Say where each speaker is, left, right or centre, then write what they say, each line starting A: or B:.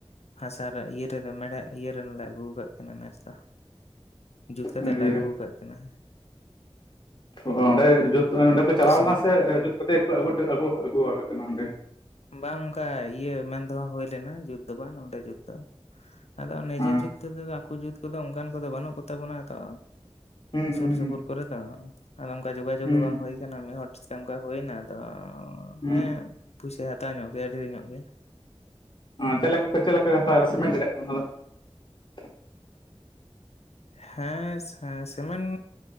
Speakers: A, on the left (about 90°); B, on the left (about 50°).
A: ᱦᱟᱥᱟ ᱨᱮ ᱤᱭᱟᱹ ᱨᱮᱫᱚ ᱢᱮᱲᱦᱮᱫ ᱤᱭᱟᱹ ᱨᱮᱱᱞᱮ ᱟᱹᱜᱩ ᱠᱟᱜ ᱠ ᱱᱮᱥ ᱫᱚ ᱡᱩᱛ ᱠᱟᱛᱮ
B: ᱤᱭᱟᱹ
A: ᱞᱮ ᱟᱹᱜᱩᱣ ᱠᱟᱫ ᱠᱤᱱᱟ
B: ᱚ ᱚᱸᱰᱮ ᱠᱚ ᱪᱟᱞᱟᱣ
A: ᱥᱤᱢᱮᱱᱴ
B: ᱞᱮᱱᱟ ᱥᱮ ᱡᱩᱛ ᱠᱟᱛᱮᱫ ᱠᱚᱜᱮ ᱠᱩ ᱟᱹᱜᱩᱣᱟᱜ ᱟ. ᱜᱩᱣᱟᱜᱟᱹ ᱠᱤᱱᱟ ᱚᱸᱰᱮ
A: ᱵᱟᱝ ᱚᱱᱠᱟ ᱤᱭᱟᱹ ᱢᱮᱱ ᱫᱚ ᱦᱚ ᱦᱳᱭ ᱞᱮᱱᱟ ᱵᱟᱝ ᱱᱚᱸᱰᱮ ᱡᱩᱛ ᱫᱚ ᱟᱫᱚ
B: ᱦᱚᱸ
A: ᱱᱤᱡᱮ ᱡᱩᱛ ᱛᱮᱫᱚ ᱟᱠᱚ ᱡᱩᱛ ᱤᱛ ᱚᱱᱠᱟᱱ ᱠᱚᱫᱚ ᱵᱟᱹᱱᱩᱜ ᱠᱚᱛᱟ ᱵᱚᱱᱟ ᱛᱚ
B: ᱦᱮᱸ ᱦᱩᱸ
A: ᱥᱩᱨ ᱥᱩᱯᱩᱨ ᱠᱚᱨᱮ ᱫᱚ ᱟᱫᱚ ᱚᱱᱠᱟᱱ ᱡᱳᱜᱟᱡᱳᱜᱽ
B: ᱦᱩᱸ
A: ᱦᱚᱸ ᱵᱟᱝ ᱦᱩᱭ ᱟᱠᱟᱱᱟ ᱢᱤᱫ ᱦᱚᱲ ᱥᱟᱛᱮ ᱚᱱᱠᱟ ᱦᱩᱭ ᱮᱱᱟ ᱟᱫᱚ
B: ᱦᱩᱸ ᱦᱩᱸ ᱦᱩᱸ
A: ᱦᱮᱸ ᱯᱩᱭᱥᱟᱭ ᱦᱟᱛᱟᱣ ᱧᱚᱜ ᱠᱮᱫᱟ ᱰᱷᱮᱨ ᱧᱚᱜ ᱜᱮ
B: ᱪᱮᱫ ᱞᱮᱠᱟ ᱪᱮᱫ ᱞᱮᱠᱟ ᱠᱚ ᱦᱟᱛᱟᱣᱫᱟ <unintelligible>
A: ᱦᱮᱸ ᱦᱮᱸ ᱥᱤᱢᱮᱱᱴ